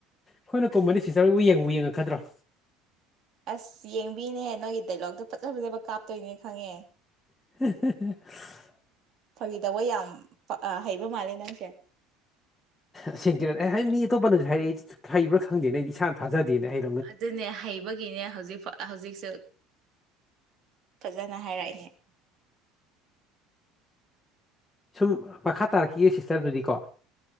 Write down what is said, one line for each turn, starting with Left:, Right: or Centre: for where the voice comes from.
Left: ꯑꯩꯈꯣꯏꯅ ꯇꯨꯝꯗꯤ ꯁꯤꯁꯇꯔꯕꯨ ꯌꯦꯡꯕ ꯌꯦꯡꯉꯛꯀꯗ꯭ꯔꯣ
Right: ꯑꯁ ꯌꯦꯡꯕꯤꯅꯦꯍ ꯅꯣꯏꯒꯤ ꯗꯥꯏꯂꯣꯛꯇꯣ ꯐꯖ ꯐꯖꯕ ꯀꯥꯞꯇꯣꯏꯅꯦ ꯈꯪꯉꯦ
Left: <inaudible>
Right: ꯐꯥꯒꯤꯗꯧꯕ ꯌꯥꯝ ꯍꯩꯕ ꯃꯥꯜꯂꯦ ꯅꯪꯁꯦ
Left: ꯑꯁꯦꯡ ꯀꯔ ꯑꯩ ꯍꯥꯏ ꯃꯤ ꯑꯇꯣꯞꯄꯅꯁꯨ ꯍꯥꯏꯔꯛꯏ ꯍꯩꯕ꯭ꯔꯥ ꯈꯪꯗꯦꯅ ꯑꯩꯗꯤ ꯏꯁꯥꯅ ꯊꯥꯖꯗꯦꯅ ꯍꯥꯏꯦ
Right: ꯑꯗꯨꯅꯦ ꯍꯩꯕꯒꯤꯅꯦ ꯍꯧꯖꯤꯛ ꯍꯧꯖꯤꯛꯁꯨ ꯐꯖꯅ ꯍꯥꯏꯔꯛꯏꯅꯦ
Left: ꯁꯨꯝ ꯃꯈꯥ ꯇꯥꯔꯛꯈꯤꯌꯦ ꯁꯤꯁꯇꯔꯗꯨꯗꯤꯀꯣ